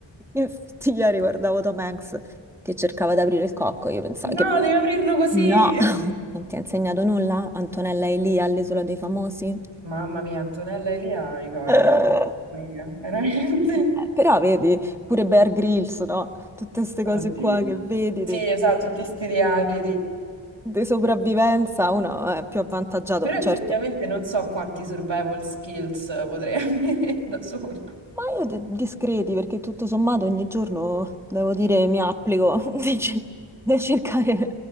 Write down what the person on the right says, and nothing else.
No,
devi aprirlo così.
<laughs>
Mamma mia, Antonella Elia, iconica,
iconica, veramente.
Oddio.
Sì, esatto, tutti sti reality.
Però effettivamente
non so quanti survival skills potrei <laughs> avere da solo.